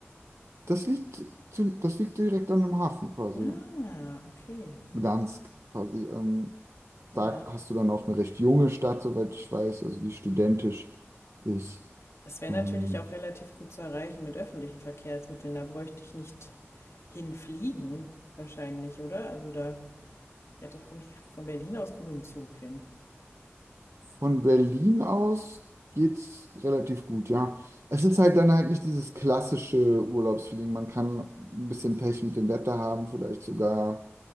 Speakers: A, on the right; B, on the left.
A: Das liegt, ziem- das liegt direkt an dem Hafen quasi.
B: Ah,
A: ja.
B: okay.
A: Gdansk quasi. Ähm,
B: Ja.
A: da hast du dann auch eine recht junge Stadt, soweit ich weiß, also die studentisch ist.
B: Das wäre
A: Ähm,
B: natürlich auch relativ gut zu erreichen mit öffentlichen Verkehrsmitteln. Da bräuchte ich nicht hinfliegen, wahrscheinlich, oder? Also da ja, doch komme ich von Berlin aus gut mit dem Zug hin.
A: von Berlin aus geht's relativ gut, ja. Es ist halt dann halt nicht dieses klassische Urlaubsfeeling. Man kann ein bisschen Pech mit dem Wetter haben, vielleicht sogar.